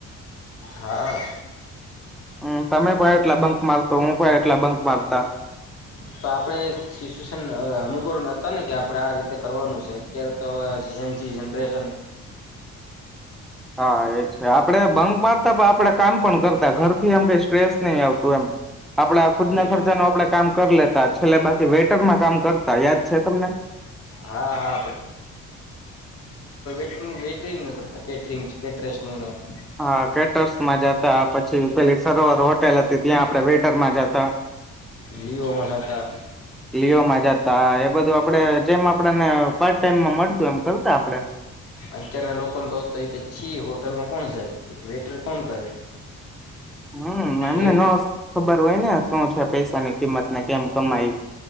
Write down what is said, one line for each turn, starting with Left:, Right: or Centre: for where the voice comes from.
Left: હા
Centre: હ હમ તમે પણ એટલા બંક મારતો હું એટલા બંક મારતા
Left: તો આપડે સિચ્યુએશન અનુકરણ હતા ને કે આપડે આ રીતે કરવાનું છે અત્યારે તોવે જનજી જનરેશન
Centre: હા એ જ આપડણે ભંક મારતા પણ આપણેે કામ પણ કરતા ઘરથી એમ કઈ સ્ટ્રેસ નહી આવતું એમ આપડા ખુદના
Left: એવું
Centre: ખર્ચાનું આપણેે કામ કરી લેતા છેલ્લે બાકી વેટરમાં કામ કરતા યાદ છે તમને
Left: હા હા કે કેટરિંગ નું કરતા કેટરંગ કેટરેર્રનુંને એવુ
Centre: હા કેટર્સમાં જતા પછી પેલી સરોવર હોટેલ હતી ત્યાં આપણે વેટરમાં જતા
Left: લીઓમાં થતા
Centre: લિઓમાં જતા એ બધું આપણે જેમ આપને પાર્ટ ટાઈમમાં મળતું એમ કરતાડે
Left: અત્યારના લોકોને કહ તો હોય કેછી હોટલમાં કોણ જાય એક વેટર કોણ કરે
Centre: હમ એમને
Left: એ
Centre: ન ખબર હોય ને શું છે પૈસાની કિંમત ને કેમ કમાય